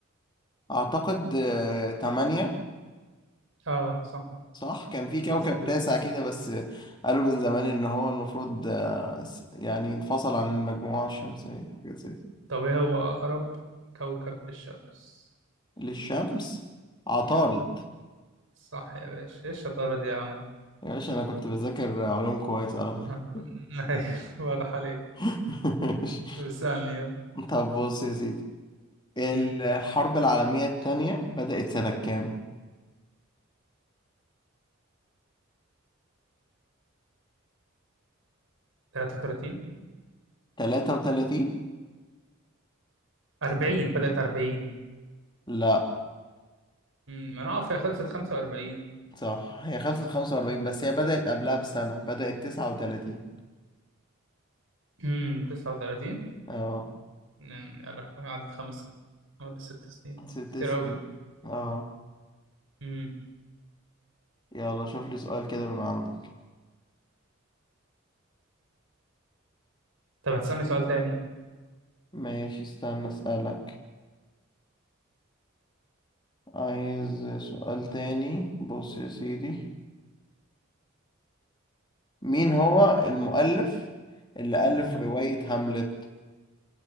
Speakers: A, on the left (about 25°); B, on the right (about 75°).
A: اعتقد آه، تمانية
B: اه صح
A: صح كان في كوكب
B: مظبوط
A: تاسع كده بس قالوا من زمان ان هو المفروض آه، س- يعني انفصل عن المجموعة الشمسية حاجة زي
B: طب ايه هو اقرب كوكب للشمس؟
A: للشمس عطارد
B: يلا صح يا باشا ايه الشطارة دي يا عم
A: يا باشا انا كنت بذاكر علوم كويس على فكرة
B: ها. <laughs> أيوة، واضح عليك
A: <laughs> ماشي.
B: طب اسألني يلا
A: طب بص يا سيدي الحرب
B: مم.
A: العالمية التانية بدأت سنة كام؟
B: 33
A: 33
B: 40 بدأت 40
A: لا
B: مم. انا اقف هي خلصت 45
A: صح هي خلصت 45 بس هي بدأت قبلها بسنة بدأت 39
B: مم. 39
A: اه
B: أمم، يا لهوي قعدت خمس سنين ولا ست سنين
A: ست
B: كتير
A: سنين
B: أوي
A: اه
B: امم
A: يلا شوف لي سؤال كده من عندك
B: طب هتسألني سؤال تاني
A: ماشي استنى اسألك عايز سؤال تاني بص يا سيدي مين هو المؤلف اللي ألف
B: امم
A: رواية هاملت